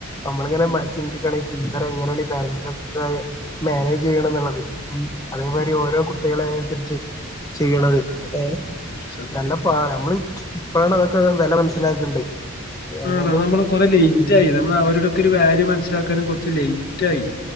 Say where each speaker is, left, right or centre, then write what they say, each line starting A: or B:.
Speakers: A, on the left (about 15°); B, on the left (about 45°).
A: നമ്മളിങ്ങനെ
B: ഉം
A: ചിന്തിക്കണ ഈ ട്ടി എങ്ങനെയാണ് ഈ പാരൻസിനെ എങ്ങനെ യാണ് മാനേജ് ചെയ്യണ എന്നുള്ളത് ഉ അതേമാതിരി ഓരോ കുട്ടികള അതിനനുസരിച്ച് ചെയ്യണത്ഏ
B: സത്യം.
A: നല്ലപ്പാടാ നമ്മള് ഇപ്പോഴാണ് അതൊക്കെ വില മനസ്സിലാക്കണ്ട് ഏതായാലും
B: ആണോ നമ്മള് കൊറെ ലേറ്റ്
A: ഉം
B: ആയി നമ്മൾ അവരുടൊക്കെ ഒരു വാല്യു മനസ്സിലാക്കൻ കുറച്ച് ലൈറ്റ് ആയി